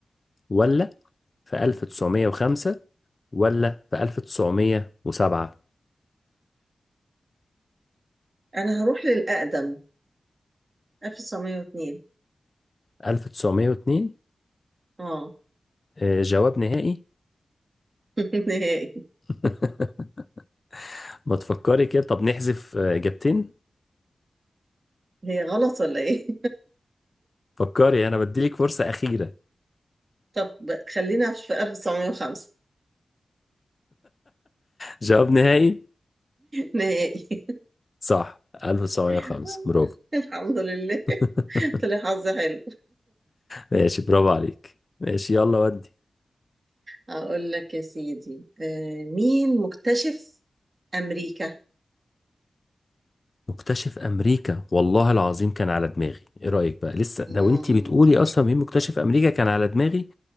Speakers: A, on the left; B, on the right.
A: ولا في 1905 ولا في 1907
B: انا هروح للأقدم 1902
A: 1902
B: اه
A: آه، جواب نهائي
B: <laughs> نهائي
A: <laughs> ما تفكري كده طب نحذف آه، إجابتين
B: هي غلط ولا ايه؟
A: فكري أنا بديلك فرصة أخيرة
B: <laughs> طب خلينا في 1905
A: جواب نهائي
B: نهائي
A: صح 1905
B: <laughs>
A: برافو
B: الحمد لله <laughs>
A: <laughs>
B: طلع حظ حلو
A: ماشي برافو عليك ماشي يلا ودي
B: اقول لك يا سيدي آه، مين مكتشف امريكا
A: مكتشف امريكا والله العظيم كان على دماغي ايه رايك بقى لسه
B: مم.
A: لو انت بتقولي اصلا مين مكتشف امريكا كان على دماغي